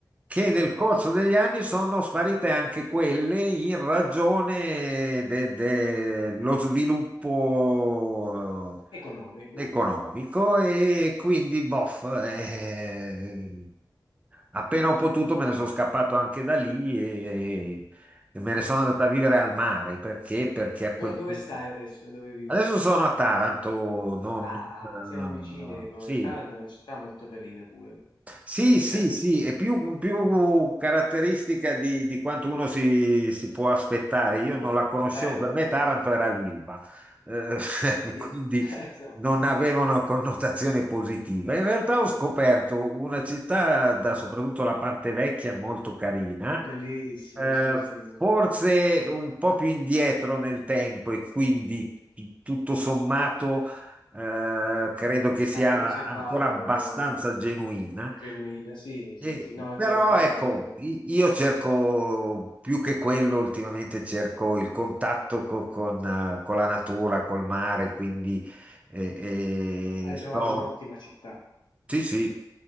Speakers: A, on the right; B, on the left.
A: che
B: sì,
A: nel corso degli anni sono sparite anche quelle in ragione dello sviluppo
B: economico.
A: eh, economico e quindi boff. eh, Appena ho potuto me ne sono scappato anche da lì e, e me
B: Ah,
A: ne sono andato
B: ti capisco.
A: a vivere al mare. Perché? Perché a
B: Do-
A: quel
B: dove
A: punto...
B: stai adesso? Dove vivi?
A: Adesso sono a Taranto, non,
B: Ah,
A: eh,
B: siamo vicini, come-
A: sì,
B: Taranto è una città molto carina pure.
A: sì, sì,
B: Certo.
A: sì, è più, più caratteristica di, di quanto uno si, si può aspettare. Io
B: Wow,
A: non la conoscevo,
B: è bella
A: per
B: Taranto.
A: me Taranto era l'Ilva, eh, <laughs>
B: Sì,
A: quindi
B: <laughs> insomma,
A: non aveva una connotazione positiva. In realtà ho scoperto una città, da, soprattutto la parte vecchia, molto carina,
B: è bellissima,
A: eh,
B: sì, sì, molto
A: forse
B: bella.
A: un po' più indietro nel tempo e quindi t- tutto sommato eh, credo che sia
B: Ha conservato
A: ancora abbastanza
B: la
A: genuina.
B: genuina, sì, sì,
A: E-
B: sì, no, è
A: però
B: vero, Taranto
A: ecco,
B: è vero.
A: i- io cerco più che quello ultimamente, cerco il contatto co- con, eh, con la natura, col mare, quindi eh, eh,
B: Hai
A: sto...
B: trovato un'ottima città.
A: Sì, sì,